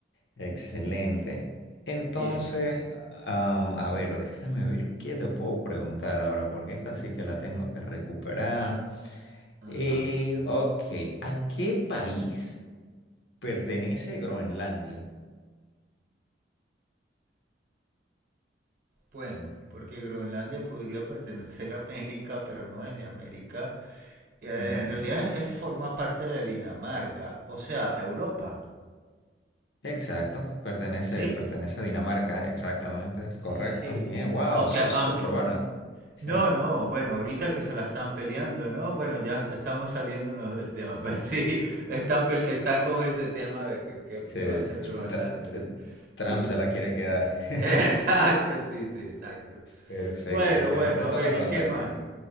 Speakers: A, on the left (about 70°); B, on the right (about 50°).
A: Excelente. Entonces,
B: Bien.
A: am, a ver, déjame ver qué te puedo preguntar ahora, porque esta sí que la tengo que recuperar.
B: Ajá.
A: Eh, ok, ¿a qué país? Pertenece a Groenlandia.
B: Bueno, porque Groenlandia podría pertenecer a América, pero no es de América. Eh,
A: Ujú.
B: en realidad es, forma parte de Dinamarca, o sea, Europa.
A: Exacto, pertenece,
B: Sí.
A: pertenece a Dinamarca, exactamente, es
B: Sí.
A: correcto. Bien, wow,
B: Aunque,
A: sos
B: aunque,
A: súper buena. <laughs>
B: No, no, bueno, ahorita que se la están peleando, ¿no? Bueno, ya estamos saliéndonos del tema, <laughs> pero sí, están, pele- están con ese tema de que, que-
A: Sí,
B: que
A: tr-
B: va a ser Groenlandia,
A: tr- tr-
B: sí. Sí,
A: Trump se la quiere quedar.
B: <laughs>
A: <laughs>
B: exacto, sí, sí, exacto.
A: Perfecto.
B: Bueno,
A: Bueno,
B: bueno,
A: te
B: a
A: toca
B: ver, ¿y
A: preguntarme.
B: qué más?